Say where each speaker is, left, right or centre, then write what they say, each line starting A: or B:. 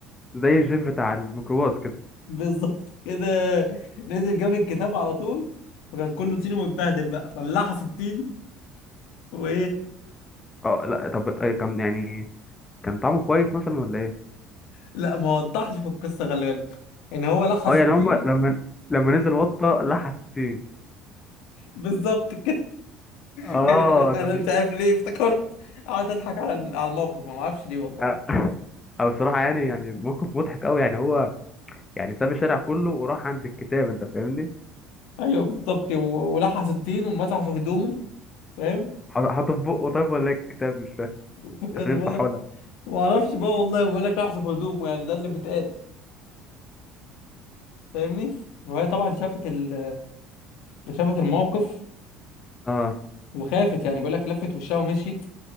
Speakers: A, on the left; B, on the left.
A: زي الجيف بتاع الميكروباص كده
B: بالظبط كده نزل جاب الكتاب على طول وكان كله طين ومتبهدل بقى فلحس الطين وايه
A: اه لا طب آه، كان يعني كان طعمه كويس مثلا ولا ايه
B: لا ما وضحش في القصه خلي بالك يعني هو لحس
A: اه يعني
B: الطين
A: هم لما لما نزل وطة لحس الطين
B: بالظبط كده <laughs>
A: اه
B: يعني انا انا
A: طب
B: مش عارف ليه افتكرت قعدت اضحك على على الموقف ما اعرفش ليه والله
A: آه، <laughs> او بصراحة يعني يعني موقف مضحك قوي يعني هو يعني ساب الشارع كله وراح عند الكتاب انت فاهمني
B: ايوه بالظبط و- ولحس الطين ومسح في هدومه فاهم
A: ح- حاطه في بقه طيب ولا إيه الكتاب مش فاهم
B: <laughs> بجد
A: عشان يمسحه
B: بقول لك
A: لها
B: ما اعرفش بقى والله بقول لك لحس في هدومه يعني ده اللي بيتقال فاهمني وهي طبعا شافت ال... شافت الموقف
A: اه
B: وخافت يعني بقول لك لفت وشها ومشيت